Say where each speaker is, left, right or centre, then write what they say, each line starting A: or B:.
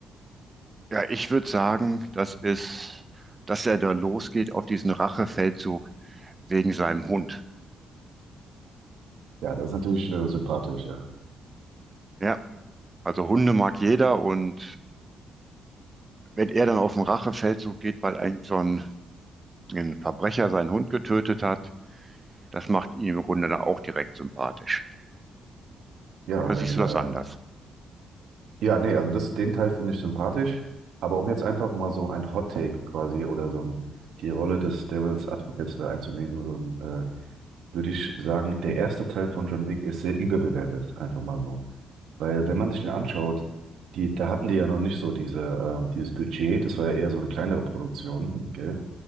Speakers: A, on the right; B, on the right.
A: Ja, ich würde sagen, das ist, dass er da losgeht auf diesen Rachefeldzug wegen seinem Hund.
B: Ja, das ist natürlich äh, sympathisch, ja.
A: Ja, also Hunde mag jeder und wenn er dann auf den Rachefeldzug geht, weil irgend so ein, ein Verbrecher seinen Hund getötet hat, das macht ihn im Grunde dann auch direkt sympathisch.
B: Ja,
A: Oder
B: wenn,
A: siehst du
B: äh,
A: das anders?
B: ja, nee, also das, den Teil finde ich sympathisch. Aber um jetzt einfach mal so ein Hot Take quasi oder so ein, die Rolle des Devil's Advocates da einzunehmen, so ein, äh, würde ich sagen, der erste Teil von John Wick ist sehr überbewertet, einfach mal so. Weil wenn man sich den anschaut, die, da hatten die ja noch nicht so diese, ähm, dieses Budget, das war ja eher so eine kleinere Produktion, gell?